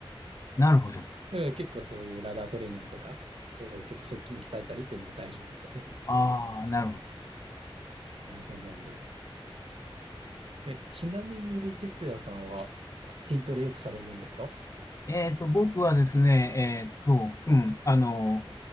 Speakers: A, on the left; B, on the right.
A: なるほど。
B: だから結構そういうラダートレーニングとか、そういう結構側筋鍛えたりっていうのも大事なんですよね。
A: ああ、なるほど。
B: いや、そうなんです。え、ちなみに、哲也さんは筋トレよくされるんですか
A: えっと、僕はですね、えっと、うん、あの、